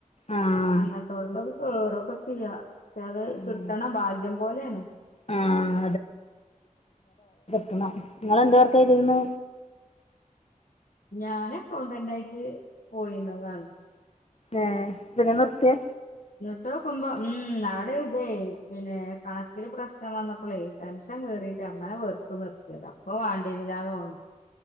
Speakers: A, on the left (about 50°); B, on the left (about 75°).
A: ആഹ്
B: അങ്ങനത്തോള്ളതു കേറുയൊക്കെ ചെയ്യാം പക്ഷെ അത്
A: ആഹ്
B: കിട്ടണ ഭാഗ്യം പോലെയാണ്
A: ആഹ് നിങ്ങളെന്താ വർക്ക്‌ ചെയ്തിരുന്നേ
B: ഞാന് അക്കൗണ്ടന്റ് ആയിട്ട് പോയിരുന്നതാണ്
A: ഏ പിന്നെ നിർത്തിയെ
B: നിർത്തിയ നോക്കുമ്പോ ഉം അവിടെ ഇതേ പിന്നെ കണക്കില് പ്രശ്നം വന്നപ്പോളേ ടെൻഷൻ ഷൻ കേറിട്ട അങ്ങനെ വെറുതെ നിർത്തിയത അപ്പൊ വേണ്ടിയിരുന്നില്ലന്ന് തോനുണ്